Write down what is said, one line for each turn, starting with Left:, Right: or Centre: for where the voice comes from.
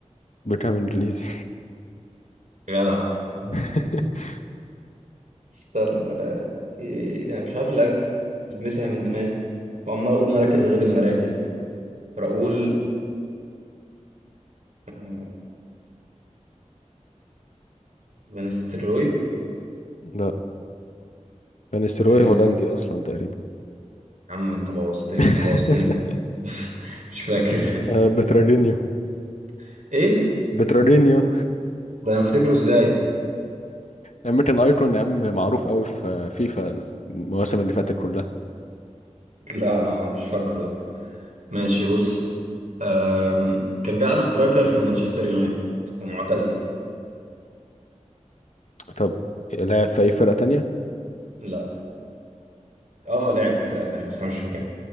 Left: بيكام انجليزي
Right: جدع <laughs>
Left: <laughs>
Right: استنى إيه، انا مش عارف اللي مسها من دماغي وعمال اقول مراكز غير المراكز راؤول آه، فان ستروي
Left: لا فانيستروي
Right: مش فاكر
Left: هولندي اصلا تقريبا
Right: يا عم انت بوظت لي
Left: <laughs>
Right: انت بوظتني <laughs> مش فاكر
Left: آه، بترارينيو
Right: <laughs> ايه
Left: بترارينيو
Right: ده انا افتكره ازاي
Left: امريكان ايكون <laughs> يا عم معروف قوي في فيفا المواسم اللي فاتت كلها
Right: لا ما مش فاكره ده ماشي بص أم... كان بيلعب سترايكر في مانشستر يونايتد ومعتزل
Left: طب لاعب في اي فرقة تانية
Right: لا اه لعب في فرقة تانية بس انا مش فاكرها